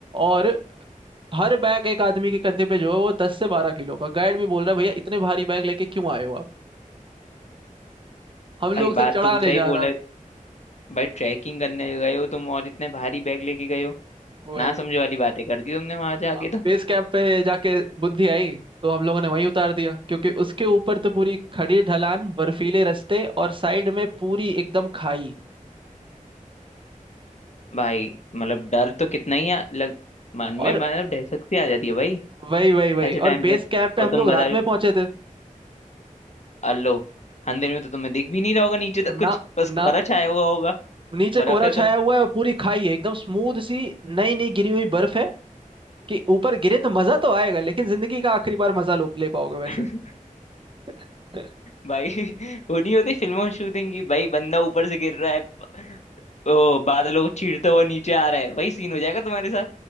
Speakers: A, on the right (about 35°); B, on the left (about 55°).
A: और हर बैग एक आदमी के कंधे पे जो है वो दस से बारह किलो का गाइड भी बोल रहा है भैया इतने भारी बैग लेके क्यों आए हो आप हम लोग
B: भाई
A: से
B: बात
A: चढ़ाने
B: तो वो सही
A: जा
B: बोला
A: रहा
B: है भाई ट्रैकिंग करने गए हो तुम और इतने भारी बैग लेके गए हो
A: वही
B: ना समझे वाली बातें कर दी तुमने वहां जाके
A: अब
B: तो
A: बेस कैंप पे जाके बुद्धि आई तो हम लोगों ने वहीं उतार दिया क्योंकि उसके ऊपर तो पूरी खड़ी ढलान बर्फीले रास्ते और साइड में पूरी एकदम खाई
B: भाई मतलब डर तो कितना ही आ, लग मन में
A: और
B: मतलब दहशत सी आ जाती है भाई
A: वही वही वही
B: ऐसे टाइम
A: और बेस
B: पे
A: कैंप पे
B: और
A: हम
B: तुम
A: लोग
B: बता
A: रात
B: रहे
A: में
B: हो
A: पहुंचे थे
B: अल्लो अंधेरे में तो तुम्हें दिख भी नहीं रहा होगा नीचे तक कुछ
A: ना
B: बस
A: ना
B: कोहरा छाया हुआ होगा
A: नीचे
B: बर्फ
A: कोहरा
B: है
A: छाया
B: तो
A: हुआ है और पूरी खाई है एकदम स्मूथ सी नई नई गिरी हुई बर्फ है कि ऊपर गिरे तो मजा तो आएगा लेकिन जिंदगी का आखिरी बार मजा लो ले पाओगे वैसे
B: <laughs>
A: <laughs>
B: भाई वो नहीं होती फिल्मों में शूटिंग की भाई बंदा ऊपर से गिर रहा है ओ बादलों को चीरता हुआ नीचे आ रहा है वही सीन हो जाएगा तुम्हारे साथ